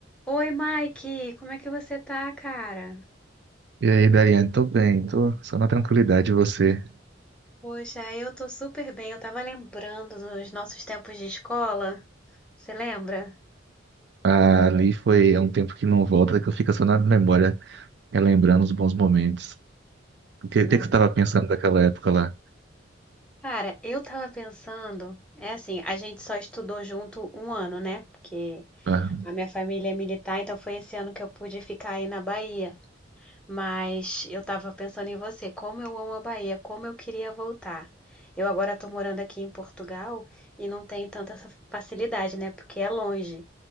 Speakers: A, in the centre; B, on the right (about 60°).
A: Oi, Mike, como é que você tá, cara?
B: E aí, Dariane, tô bem, tô só na tranquilidade, e você.
A: Poxa, eu tô super bem. Eu tava lembrando dos nossos tempos de escola. Você lembra?
B: Ah, ali foi há um tempo que não volta, que eu fico só na memória, relembrando os bons momentos. O que,
A: Nossa.
B: o que que você estava pensando daquela época lá?
A: Cara, eu tava pensando, é assim, a gente só estudou junto um ano, né? Porque
B: Ah,
A: a minha família é militar, então foi esse ano que eu pude ficar aí na Bahia. Mas eu estava pensando em você, como eu amo a Bahia, como eu queria voltar. Eu agora estou morando aqui em Portugal e não tenho tanta essa facilidade, né? Porque é longe.